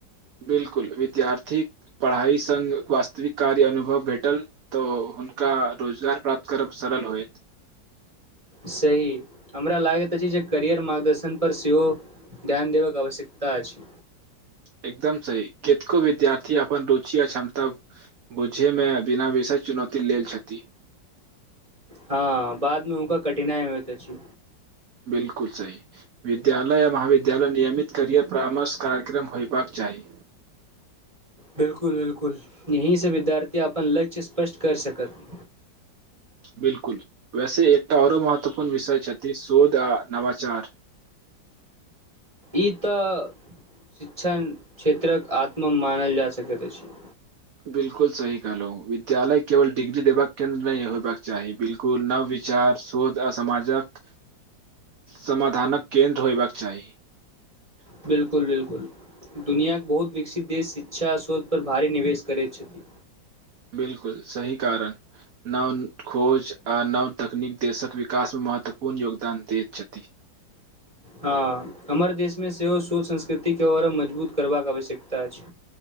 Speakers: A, on the right; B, on the right.
A: बिल्कुल विद्यार्थीक पढ़ाइ संग वास्तविक कार्य अनुभव भेटल तऽ ओ हुनका रोजगार प्राप्त करब सरल होयत
B: सही हमरा लाग जे करियर मार्गदर्शन पर सेहो ध्यान देबाक आवश्यकता अछि
A: एकदम सही केतको विद्यार्थी अपन रुचि य क्षमता बुझे मे बिना विषय चुनौती लेल छथि
B: हँ बादमे ओका कठिनाइ होय त अछी
A: बिलकुल सही विद्यालय आ महाविद्यालय नियमित करियर परामर्श कार्यक्रम होयबाक चाही आइ
B: बिलकुल बिलकुल यींही से विद्यार्थी अपन लक्ष्य स्पष्ट कर सकत
A: बिलकुल वैसे एकटा औरो महत्व त अपन विषय छथि शोध आ नवाचार
B: ई तऽ शिक्षण क्षेत्रक आत्म मानल जा सकैत अछि
A: बिलकुल सही कहलौ विद्यालय केवल डिग्री देबाक केन्द्र नहि होयबाक चाही बिलकुल नव विचार शोध आ समाजक समाधानक केन्द्र होयबाक चाही
B: बिलकुल बिलकुल दुनियाके बहुत विकसित देश शिक्षा श्रोत पर भारी निवेश करैत छथि
A: बिलकुल सही कारण नव खोज आ नव तकनीक देशक विकासमे महत्वपूर्ण योगदान दैत छथि <inaudible>
B: हँ हमर देशमे सेहो शोध संस्कृतिके और मजबूत करबाक आवश्यकता अछि